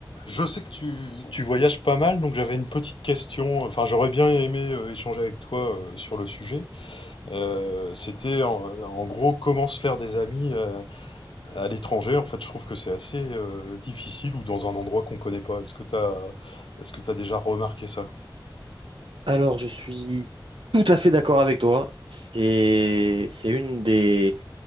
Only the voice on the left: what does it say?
Je sais que tu, tu voyages pas mal, donc j'avais une petite question. Enfin, j'aurais bien aimé euh, échanger avec toi euh, sur le sujet. Euh, c'était en, en gros comment se faire des amis euh, à l'étranger. En fait, je trouve que c'est assez euh, difficile ou dans un endroit qu'on connaît pas. Est-ce que t'as, est-ce que t'as déjà remarqué ça?